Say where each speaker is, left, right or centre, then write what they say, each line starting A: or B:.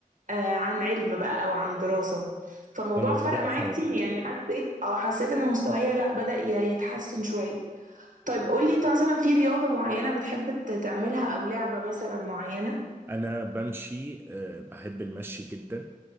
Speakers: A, on the right; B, on the right.
A: آه عن علم بقى او عن دراسه فالموضوع
B: فالموضوع
A: فرق معايا
B: فرق
A: كتير يعني
B: ايوه
A: حسيت اه حسيت ان مستواي لا بدأ ي- يتحسن شويه طيب قولي انت مثلا في رياضة معينة بتحب ت- تعملها او لعبة مثلا معينة
B: انا بمشي آه، بحب المشي جدا